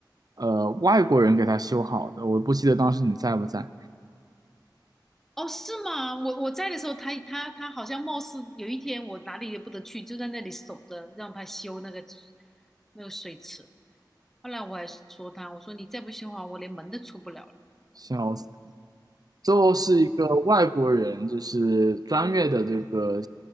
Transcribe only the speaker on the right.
呃外国人给他修好的，我不记得当时你在不在，
笑死。最后是一个外国人，就是专业的这个